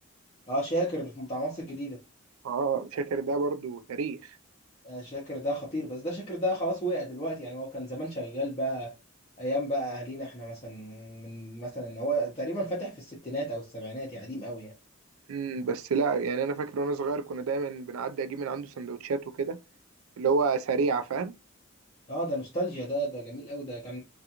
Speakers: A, on the left (about 30°); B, on the right (about 80°).
A: اه شاكر في بتاع مصر الجديده
B: اه شاكر ده برضو تاريخ
A: آه شاكر ده خطير بس ده شاكر ده خلاص وقع دلوقتي يعني هو كان زمان شغال بقى ايام بقى اهالينا احنا مثلا من مثلا هو تقريبا فاتح في الستينات او السبعينات يعني قديم قوي يعني
B: امم بس لا يعني انا فاكر وانا صغير كنا دايما بنعدي اجيب من عنده سندوتشات وكده اللي هو سريعه فاهم
A: اه ده نوستالجيا ده ده جميل قوي ده كان